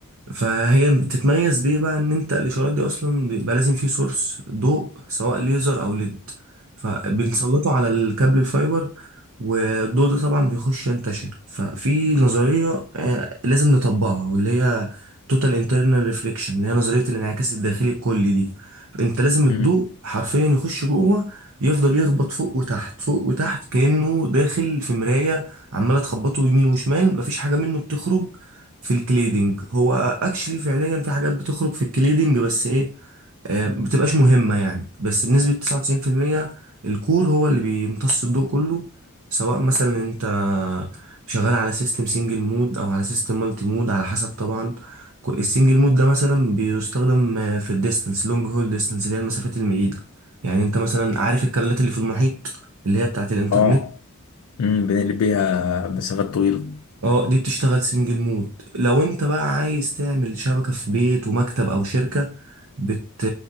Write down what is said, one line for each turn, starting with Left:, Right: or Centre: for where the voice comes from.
Right: فهي بتتميز بيه بقى ان انت الاشارات دي اصلا بيبقى لازم فيه سورس ضوء سواء ليزر او ليد فبنسلطه على الكابل الفايبر والضوء ده طبعا بيخش ينتشر ففي نظرية آه، لازم نطبقها واللي هي توتال انترنال ريفليكشن اللي هي نظرية الانعكاس الداخلي الكلي دي انت لازم الضوء
Left: امم
Right: حرفيا يخش جوه يفضل يخبط فوق وتحت فوق وتحت كأنه داخل في مراية عمالة تخبطه يمين وشمال مفيش حاجة منه بتخرج في الكليدنج هو اكشلي فعليا في حاجات بتخرج في الكليدنج بس ايه آه، ما بتبقاش مهمة يعني بس بنسبة 99% الكور هو اللي بيمتص الضوء كله سواء مثلا انت شغال على سيستم سنجل مود او على سيستم مالتي مود على حسب طبعا كو- السنجل مود ده مثلا بيستخدم آه، في الديستنس لونج هول ديستنس اللي هي المسافات المعيدة يعني انت مثلا عارف الكابلات اللي في المحيط اللي هي بتاعت الانترنت
Left: اه امم بنقلب بيها مسافات طويلة
Right: اه دي بتشتغل سنجل مود لو انت بقى عايز تعمل شبكة في بيت ومكتب او شركة بت...